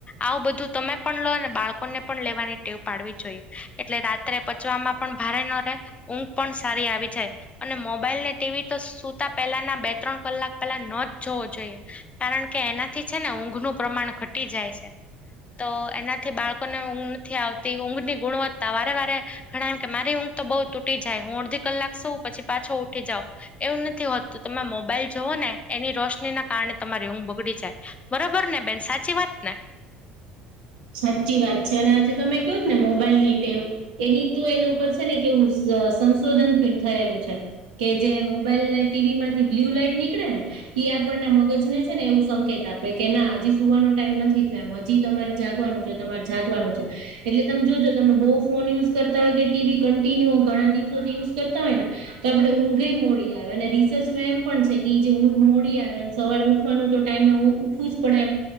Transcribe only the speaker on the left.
આવું બધું તમે પણ લોને બાળકોને પણ લેવાની ટેવ પાડવી જોઈએ એટલે રાત્રે પછી ચમાં પણ ભારે ન રહે ઊંઘ પણ સારી આવી જાય. અને મોબાઈલ ને ટીવી તો સુતા પહેલાના બે ત્રણ કલાક પહેલા ન જ જોવો જોઈએ. કારણ કે એનાથી છે ને ઊંઘનું પ્રમાણ ઘટી જાય છે. તો એનાથી બાળકોને ઊંઘ નથી આવતી ઊંઘ ની ગુણવત્તા વારે વારે ઘણા એમ કે મારી ઊંઘ તો બઉુ તૂટી જાય હું અડધી કલાક સૌ પછી પાછો ઉઠી જાઉ. એવું નથી હોતું તમે મોબાઈલ જવો ને એની રોશની ના કારણે તમારી ઊંઘ બગડી જાય. બરાબર ને બેન સાચી વાત ને.